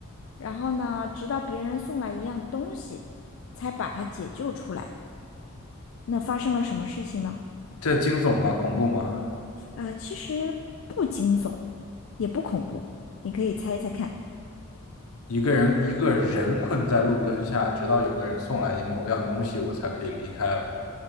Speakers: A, on the left; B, on the left.
A: 然后呢，直到别人送来一样东西，才把他解救出来。那发生了什么事情呢？
B: 这惊悚吗？恐怖吗？
A: 呃，其实不惊悚，也不恐怖，你可以猜一猜看。
B: 一个人一个人困在路灯下，直到有个人送来某样东西，我才可以离开了。